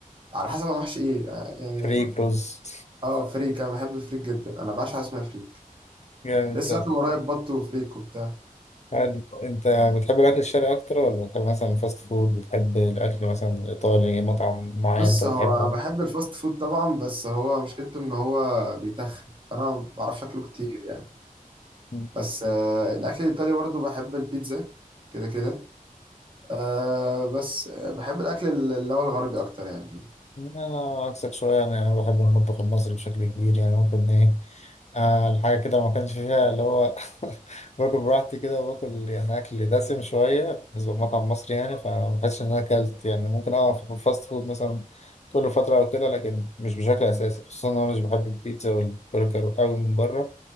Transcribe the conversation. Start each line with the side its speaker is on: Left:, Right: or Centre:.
Right: على حسب هو محشي إيه آه، يعني
Left: فريك رز
Right: أه فريك أنا بحب الفريك جدا أنا بعشق حاجة اسمها فريك
Left: جامد
Right: لسه
Left: طيب،
Right: اكل قريب بط وفريك وبتاع
Left: هل أنت بتحب الأكل الشرقي أكتر ولا بتحب مثلا الفاست فود بتحب الأكل مثلا الإيطالي مطعم معين
Right: بص
Left: أنت بتحبه؟
Right: هو بحب الفاست فود طبعا بس هو مشكلته ان هو بيتخن فانا ما بعرفش اكله كتير يعني
Left: مم.
Right: بس آه، الاكل الايطالي برضه بحب البيتزا كده كده أه بس آه، بحب الاكل اللي هو الغربي اكتر يعني
Left: انا عكسك شويه انا انا بحب المطبخ المصري بشكل كبير يعني ممكن ايه آه الحاجه كده ما كانش فيها اللي هو <laughs> باكل براحتي كده وباكل يعني اكل دسم شويه بالنسبه لمطعم مصري يعني فما بحسش ان انا اكلت يعني ممكن اه في الفاست فود مثلا كل فتره او كده لكن مش بشكل اساسي خصوصا ان انا مش بحب البيتزا والبرجر قوي من بره